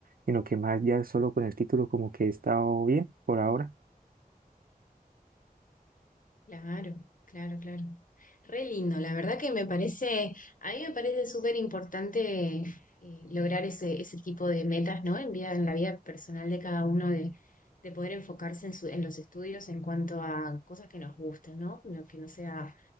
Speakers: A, on the right; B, on the left.
A: sino que más ya solo con el título como que he estado bien por ahora.
B: Claro, claro, claro. Re lindo, la verdad que me parece, a mí me parece súper importante eh, lograr ese, ese tipo de metas, ¿no? En vida, en la vida personal de cada uno, de, de poder enfocarse en, su- en los estudios en cuanto a cosas que nos gusten, ¿no? Lo que no sea